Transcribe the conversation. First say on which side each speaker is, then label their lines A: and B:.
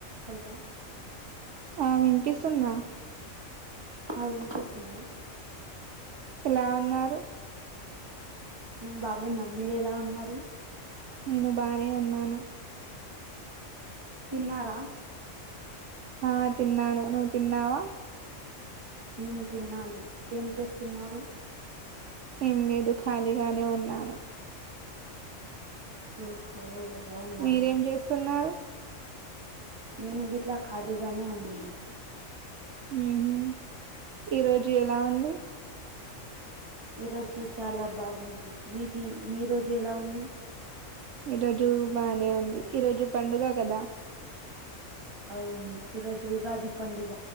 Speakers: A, on the right; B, on the right.
A: Hello
B: ఆ విన్పిస్తుందా
A: ఆ వినిపిస్తుంది.
B: ఎలా ఉన్నారు.
A: మేం బాగున్నాం. మీరేలా ఉన్నారు.
B: నేను బానే ఉన్నాను
A: తిన్నారా.
B: ఆ తిన్నాను. నువు తిన్నావా.
A: నేను తిన్నాను. ఏం చేస్తున్నారు.
B: ఏం లేదు. ఖాళీగానే ఉన్నాను.
A: ఓహో అవునా
B: మీరేం చేస్తున్నారు.
A: నేను గిట్లా ఖాళీగానే ఉన్నాను.
B: మ్ హు ఈ రోజు ఎలా ఉంది.
A: ఈ రోజు చాలా బాగుంది. మీది మీ రోజు ఎలా ఉంది.
B: ఈరోజు బానే ఉంది. ఈ రోజు పండుగ కదా
A: అవును ఈ రోజు ఉగాది పండుగ.